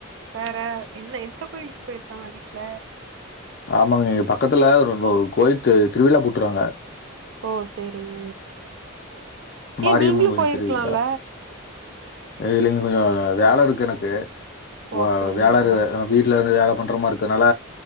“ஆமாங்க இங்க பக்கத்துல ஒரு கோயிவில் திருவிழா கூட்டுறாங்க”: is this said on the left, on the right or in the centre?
Left